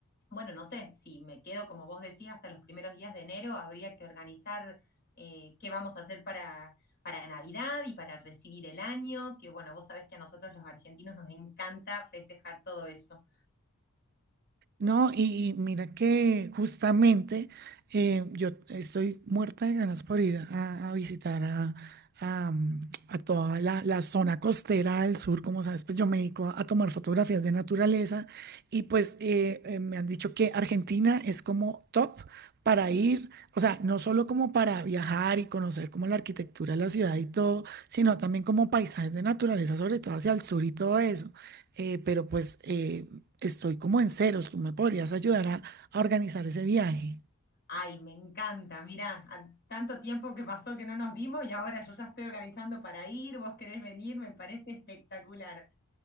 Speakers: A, on the left (about 45°); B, on the right (about 45°).
A: bueno, no sé, si me quedo, como vos decís, hasta los primeros días de enero, habría que organizar eh, qué vamos a hacer para para Navidad y para recibir el año, que bueno, vos sabés que a nosotros los argentinos nos encanta festejar todo eso.
B: No, y, y mira que justamente eh, yo estoy muerta de ganas por ir a, a visitar a, a, mm, a toda la, la zona costera del sur, como sabes, pues yo me dedico a, a tomar fotografías de naturaleza y pues eh, eh, me han dicho que Argentina es como top para ir, o sea, no solo como para viajar y conocer como la arquitectura de la ciudad y todo, sino también como paisajes de naturaleza, sobre todo hacia el sur y todo eso. Eh, pero pues eh, Estoy como en ceros, ¿tú me podrías ayudar a, a organizar ese viaje? <gasps>
A: Ay, me encanta, mira, tanto tiempo que pasó que no nos vimos y ahora yo ya estoy organizando para ir, vos querés venir, me parece espectacular.